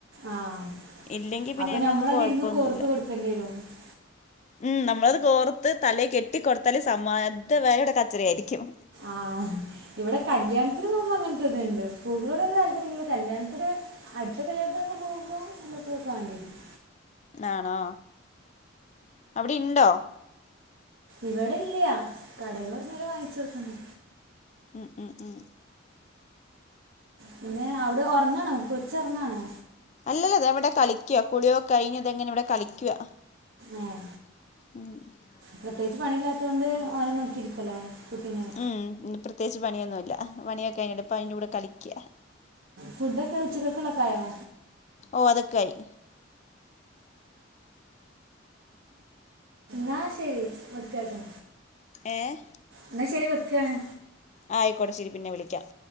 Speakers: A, on the right (about 75°); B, on the left (about 35°).
A: ആഹ്
B: ഇല്ലെങ്കി പിന്നെ
A: അപ്പൊ
B: ഞങ്ങക്ക്
A: ഞമ്മളതിരുന്ന്
B: കുഴപ്പൊന്നുല്ല
A: <inaudible>
B: ഉം നമ്മളത് കോർത്ത് തല കെട്ടിക്കൊടുത്താല് സമാധ അതുവരെ കച്ചറ ആയിരിക്കും
A: ആഹ് ഇവിടെ കല്യാണത്തിന് മുമ്പ് അങ്ങനത്തെ ഇതുണ്ട് പൊതുക <unintelligible> കല്യാണത്തിന് അടുത്ത കല്ല്യാണത്തിലൊക്കെ പോകുമ്പോൾ നി പോക്കാ <unintelligible>
B: ആണോ അവിടെണ്ടോ?
A: ഇവിടെല്ല്യാ കടെന്ന് പറഞ്ഞല് വാങ്ങിച്ചുടുക്കുന്ന
B: ഉം ഉം ഉം
A: പിന്നെ അവിടെ ഉറങ്ങാണോ കൊച്ചോറങ്ങാണോ?
B: അല്ലല്ല താഇവിടെ കളിക്ക കുളിയോക്കെ കഴിഞ്ഞതെങ്ങനെ ഇവിടെ കളിക്ക
A: ഏഹ്
B: ഉ <inaudible>
A: പ്രത്യേകിച്ച് പണിയില്ലാത്തത് കൊണ്ട് ഓനെ നോക്കിയിരിക്കല കുട്ടീനെ
B: ഉം പ്രത്യേകിച്ച് പണിയൊന്നുല്ല പണിയൊക്കെ കഞ്ഞിട്ട്പ്പോ അതിന്റെ കൂടെ കളിക്ക
A: ഫുഡ്ഡൊക്കെ ഉച്ചക്കക്കുളൊക്കായോ
B: ഓ അതൊക്കയി
A: ന്നാ ശരി വെക്കാട്ടോ
B: ഏഹ്
A: എന്നാ ശരി വെക്കണ്
B: ആ ആയിക്കോട്ട ശരി പിന്നെ വിളിക്കാം